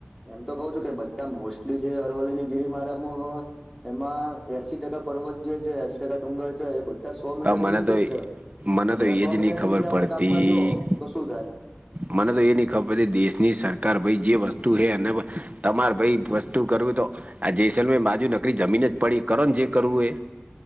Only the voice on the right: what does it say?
બા મને
તો
મને
તો
એ જ
નહીં
ખબર
પડતી
મને તો એ નહીં ખબર કે દેશની સરકાર ભાઈ જે વસ્તુ હ અને તમારે ભાઈ વસ્તુ કરવી તો આ જેસલ માજું નકરી જમીન જ પડી કરણ જે કરવું એ